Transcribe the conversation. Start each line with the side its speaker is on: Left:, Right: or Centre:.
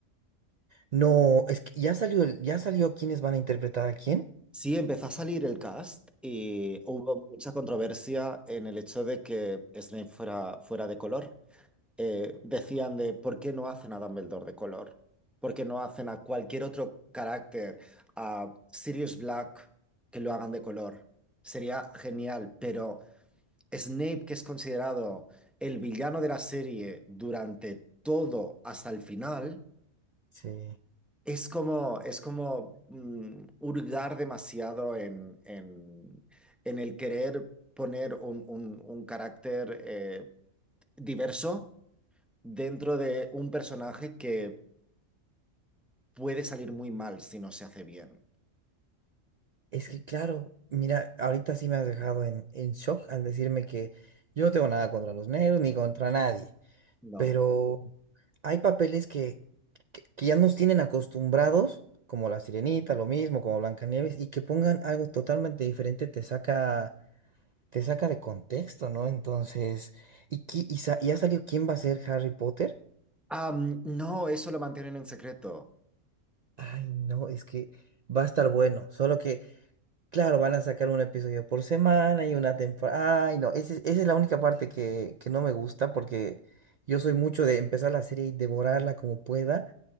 Right: No, es que ya salió, el- ya salió quiénes van a interpretar a quién.
Centre: Sí, empezó a salir el cast y hubo mucha controversia en el hecho de que Snape fuera, fuera de color. Eh, decían de, ¿por qué no hacen a Dumbledore de color? ¿Por qué no hacen a cualquier otro carácter, a Sirius Black, que lo hagan de color? Sería genial, pero Snape, que es considerado el villano de la serie durante todo hasta el final,
Right: Sí.
Centre: Es como, es como mm, hurgar demasiado en, en, en el querer poner un, un- un carácter eh, diverso dentro de un personaje que puede salir muy mal si no se hace bien.
Right: Es que claro, mira, ahorita sí me has dejado en, en shock al decirme que yo no tengo nada contra los negros ni contra nadie,
Centre: No.
Right: pero hay papeles que, que, que ya nos tienen acostumbrados, como La Sirenita, lo mismo, como Blancanieves, y que pongan algo totalmente diferente te saca, te saca de contexto, ¿no? Entonces, ¿y, qui- y, sa- y ya salió quién va a ser Harry Potter?
Centre: Am, no, eso lo mantienen en secreto.
Right: Ay, no, es que va a estar bueno, solo que Claro, van a sacar un episodio por semana y una temporada. Ay, no, ese- esa es la única parte que, que no me gusta porque yo soy mucho de empezar la serie y devorarla como pueda